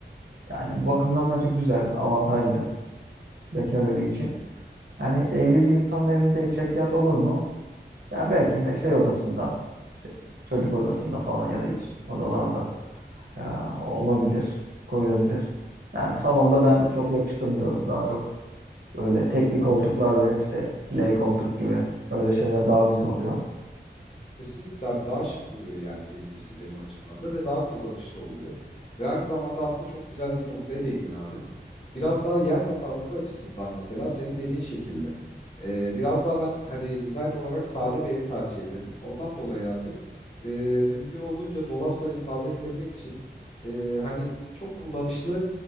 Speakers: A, on the right; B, on the left.
A: Yani bu bakımdan bence güzel, avantajlı bekar evi için. Yani evli bir insanın evinde çekyat olur mu? Yani belki şey odasında, işte çocuk odasında falan ya da iç odalarda e, olabilir, koyulabilir. Yani salonda ben çok yakıştırmıyorum. Daha çok öyle tekli koltuklar ve işte L koltuk gibi öyle şeyler daha güzel oluyor.
B: Kesinlikle abi daha şık duruyor yani birincisi benim açımdan da ve daha kullanışlı oluyor. Ve aynı zamanda aslında çok güzel bir noktaya değindin abi. Biraz daha yer tasarrufu açısından mesela senin dediğin şekilde. Ee, biraz daha ben hani dizayn olarak sade bir ev tercih ederim. Ondan dolayı abi e, mümkün olduğunca dolap sayısını aza indirmek için e, hani çok kullanışlı